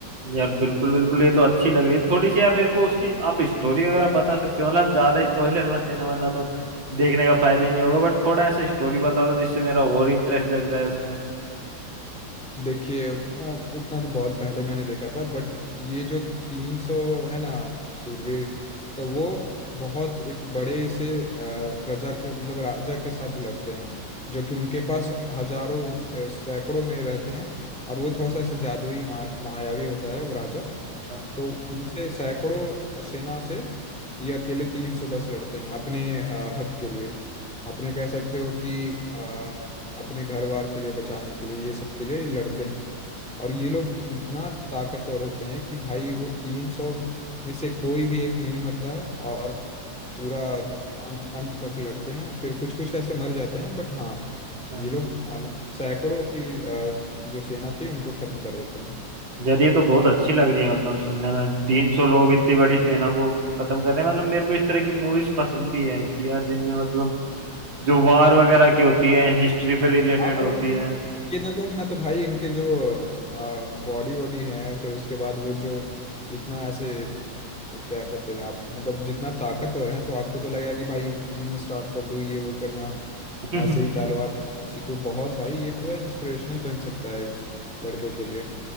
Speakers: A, on the right (about 85°); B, in the centre.
A: यार बिल्कुल बिल्कुल ये तो अच्छी लग रही है थोड़ी सी यार मेरे को उसकी आप स्टोरी वगैरह बता सकते हो मतलब ज्यादा स्पॉइलर मत देना वरना तो देखने का फायदा ही नहीं होगा बट थोड़ा ऐसे स्टोरी बता दो जिससे मेरा और इंटरेस्ट जग जाए उसमें
B: देखिए आ, उतना तो बहुत पहले मैंने देखा था बट ये जो तीन सौ है ना सूरवीर तो वो बहुत एक बड़े से आ, प्रजा के मतलब राजा के साथ लड़ते हैं जो कि उनके पास हजारों आ, सैकड़ों में रहते हैं और वो थोड़ा सा ऐसे जादुई मा, मायावी होता है वो राजा
A: अच्छा
B: तो उनसे सैकड़ों सेना से ये अकेले तीन सौ बस लड़ते हैं अपने अ, हक के लिए अपने कह सकते हो कि अ, अपने घर बार के लिए बचाने के लिए ये सब के लिए ये लड़ते हैं और ये लोग इतना ताकतवर होते हैं कि भाई वो तीन सौ में से कोई भी एक नहीं मरता है और पूरा अं- अंत तक लड़ते हैं फिर कुछ कुछ ऐसे मर जाते हैं बट हाँ
A: अच्छा
B: ये लोग अ, सैकड़ों की अ, जो सेना थी उनको खत्म कर देते हैं
A: यार ये तो बहुत अच्छी लग रही है मतलब सुनने में तीन सौ लोग इतनी बड़ी सेना को खत्म कर रहे हैं मतलब मेरे को इस तरह की मूवीज पसंद भी है कि यार जिनमें मतलब जो वार वगैरह की होती है हिस्ट्री पे रिलेटेड
B: आप अगर
A: होती है
B: ये देखो कि ना तो भाई इनके जो बॉडी वॉडी है फिर उसके बाद वो जो जितना ऐसे क्या कहते हैं आप मतलब जितना ताकतवर हैं तो आपको तो लगेगा कि भाई जिम स्टार्ट कर दो ये वो करना
A: <laughs>
B: ऐसे ही तलवार चलाना सीखो बहुत भाई ये पूरा इंस्पिरेशनल बन सकता है एक लड़के के लिए